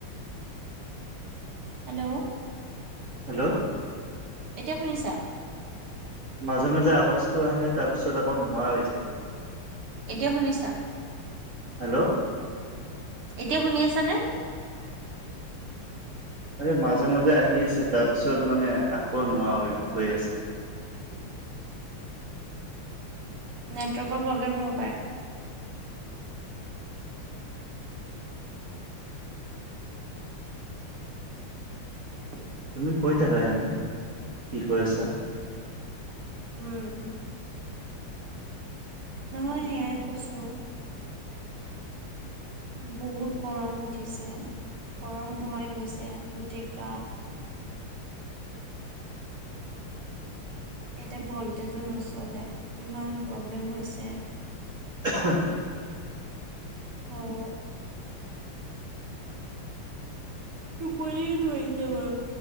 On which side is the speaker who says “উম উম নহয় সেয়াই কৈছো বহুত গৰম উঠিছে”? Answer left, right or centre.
Right